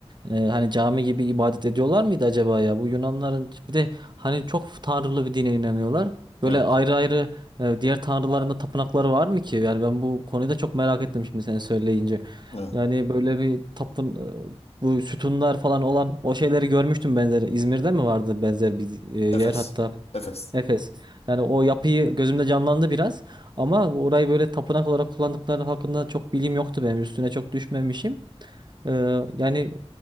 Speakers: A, on the right; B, on the left.
A: e, hani cami gibi ibadet ediyorlar mıydı acaba ya? Bu Yunanların bir de hani çok tanrılı bir dine inanıyorlar. Böyle
B: Evet.
A: ayrı ayrı e, diğer tanrıların da tapınakları var mı ki? Yani ben bu konuyu da çok merak ettim şimdi sen söyleyince.
B: Evet.
A: Yani böyle bir tapın e, bu sütunlar falan olan o şeyleri görmüştüm benzer. İzmir'de mi vardı benzer bir e, yer
B: e, Efes.
A: hatta?
B: Efes.
A: Efes. Yani o yapıyı gözümde canlandı biraz ama orayı böyle tapınak olarak kullandıkları hakkında çok bilgim yoktu benim. Üstüne çok düşmemişim. Ee, yani e,